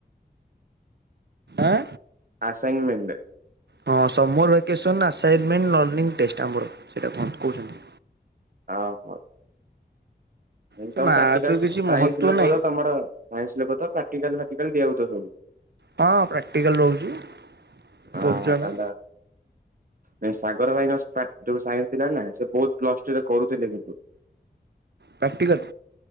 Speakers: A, on the right (about 70°); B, on the right (about 50°).
A: ଆଁ।
B: ଆସାଇନମେଣ୍ଟ?
A: ହଁ summer vacation assignment learning test ଆମର ସେଇଟା କ କହୁଛନ୍ତି
B: ହଁ ହଉ। ଏ
A: ସେ
B: ତମ
A: ମାର୍କର
B: ପ୍ରାକ୍ଟିକାଲ
A: କିଛି
B: ସାଇନ୍ସ
A: ମହତ୍ଵ
B: ଲୋକ
A: ନାହିଁ
B: ତମର ସାଇନ୍ସ ଲୋକ ତ ପ୍ରାକ୍ଟିକାଲ ଫ୍ରାକ୍ଟିକାଲ ଦିଆ ହଉଥିବ ସବୁ।
A: ହଁ ପ୍ରାକ୍ଟିକାଲ ରହୁଛି।
B: ଅ
A: କରୁଛୁ
B: ହଁ
A: ଆମେ।
B: ତାଲେ। ନାଇଁ ସାଗର ଭାଇଙ୍କ ଯୋଉ ସାଇନ୍ସ ଥିଲା ନା ସେ ବହୁତ ପ୍ଲସ୍ ଟୁ ରେ କରୁଥିଲେ କିନ୍ତୁ।
A: ପ୍ରାକ୍ଟିକାଲ।